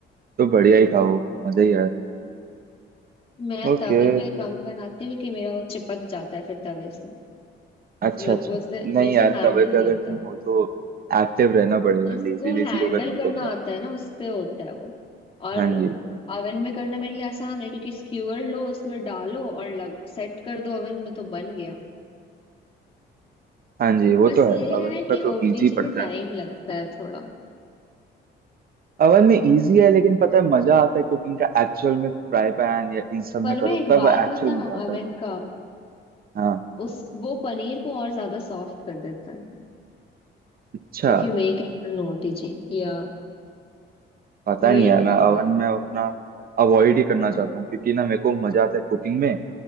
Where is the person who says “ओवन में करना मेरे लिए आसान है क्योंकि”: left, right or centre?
Left